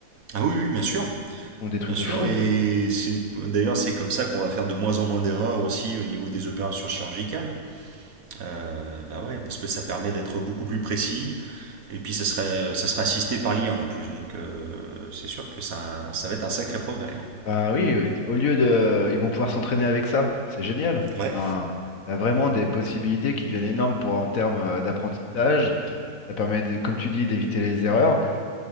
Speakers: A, on the right; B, on the left.
A: Ah oui, oui, bien sûr,
B: Ils font des trucs
A: bien sûr.
B: de fou.
A: Et c'est d'ailleurs c'est comme ça qu'on va faire de moins en moins d'erreurs aussi au niveau des opérations chirurgicales. Euh, bah ouais, parce que ça permet d'être beaucoup plus précis. Et puis ça serait, ça serait assisté par l'IA en plus. Donc euh, c'est sûr que ça, ça va être un sacré progrès. hein.
B: Bah oui, au lieu de... Ils vont pouvoir s'entraîner avec ça, c'est génial.
A: Ouais.
B: Hein, T'as vraiment des possibilités qui deviennent énormes pour en termes euh, d'apprentissage. Ça permet, de- comme tu dis, d'éviter les erreurs.